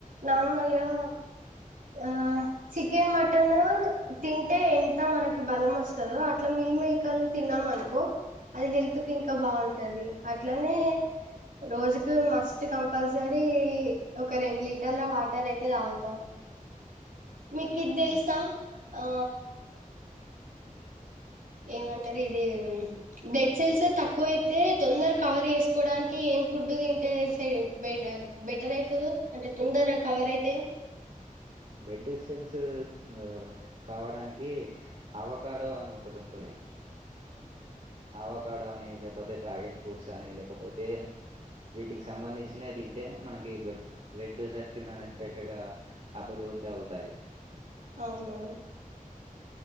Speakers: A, on the right; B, on the right.
A: నార్మల్గా ఆ చికెన్ మటన్ తింటే ఎంత మనకి బలం వస్తు స అట్లా మిల్లి మేకర్లు తిన్నామ అను కో అది హెల్త్ కి ఇంకా బాగుంటది అట్లానే రోజుకి మస్ ఫట్ కంపల్సరీ ఒక రెండు లీటర్ల వాటర్ అయితే తాగుతానూ మీకిది తెలుసా
B: ఉమ్.
A: ఆ ఏమంటారు ఇది బ్లెడ్ సెల్స్ తక్కువయితే తొందర కవర్ చేసుకోవడానికి కి ఏం ఫుడ్ తింటే బెడ్ బెటర్ అవుతుంది అంటే తొందర కవర్ అయితాయో
B: బెడ్సెల్స్ ఆ కావడానికి అవకాడో అని ఒకటి ఉంటుంది అవకాడో అని లేకపోతే డ్రాగన్ ఫ్రూట్స్ అని లేకపోతే వీటికి సంబంధించిన తింటే మనకి బ్లడ్ సర్కియల్ అనేదిగా అభిరు ధవుతాయి
A: అవునువును